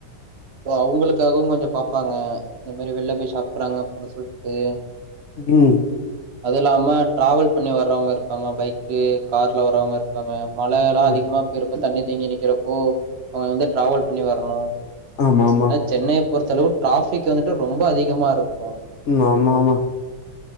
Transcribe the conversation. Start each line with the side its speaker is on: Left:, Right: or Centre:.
Right: சோ அவுங்குளுக்காகவு கொஞ்சோ பாப்பாங்க இந்த மேரி வெள்லப் போய் சாப்ட்றாங்க அப்புன்னு சொல்ட்டு
Left: ம்
Right: அது இல்லாம் டிராவெல் பண்ணி வர்றவுங்க இருப்பாங்க பைக் க்கு கார்ல வரவுங்க இருப்பாங்க மழலா
Left: ம்
Right: அதிகமா போயிருக்கு தண்ணி தேங்கி நிக்கிறப்போ அவுங்க வந்து டிராவல் பண்ணி வரணு
Left: ஆமா ஆமா
Right: நா சென்னையப் பொறுத்தளவு ட்ராஃப் பிக் வந்துட்டு ரொம்போ அதிகமா இருக்கு
Left: ம் ஆமா ஆமா